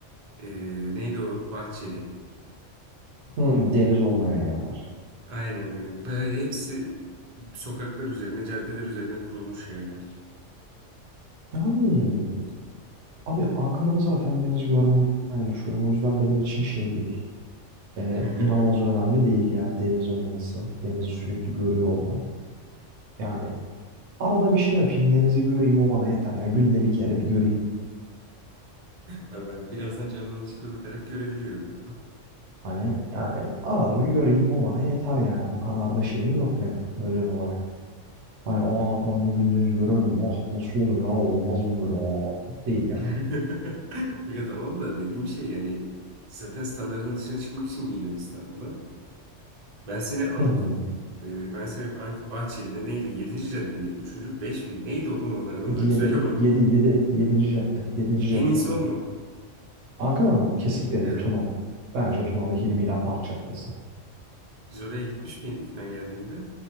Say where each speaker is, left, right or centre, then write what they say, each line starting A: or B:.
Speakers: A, on the right; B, on the right.
A: Ee, neydi o Bahçeli?
B: Hı, deniz olmayan yerler.
A: Aynen öyle. Bayağı hepsi sokaklar üzerine, caddeler üzerine kurulmuş yerler.
B: Yani abi Ankara'da zaten deniz görmeden yaşıyorum. O yüzden benim için şey değil.
A: <laughs>
B: Ee, inanılmaz önemli değil yani deniz olması. Denizi sürekli görüyor olmam. Yani Arada bir şey yapayım denizi göreyim o bana yeter ya. Günde bir kere bir göreyim.
A: Ha, Ben birazdan camdan dışarı bakarak görebiliyorum.
B: Hani yani arada bir göreyim o bana yeter yani. O kadar da şeyim yok benim özel olarak. Hani aa
A: Tamam.
B: ben bugün deniz göremedim. Ah nasıl olur ya olmaz mı böyle aa değil yani.
A: <laughs> Aga tamam da dediğim şey yani zaten standartın dışına çıkmak için geliyorsun İstanbul'a. Ben seni alıp
B: Hı hı.
A: e, ben seni Ank- Bahçeli'de neydi? Yedinci cadde miydi? 3. 5 miydi? Neydi oğlum onlar? Onları
B: yedi,
A: bir söyle bana.
B: 7 7 yedinci cadde 7.
A: En
B: cadde.
A: iyisi o mu?
B: Ankara mı? Kesinlikle değil
A: Evet.
B: Tunalı. Bence Tunalı Hilmi ile Park Caddesi.
A: Biz oraya gitmiş miydik ben geldiğimde?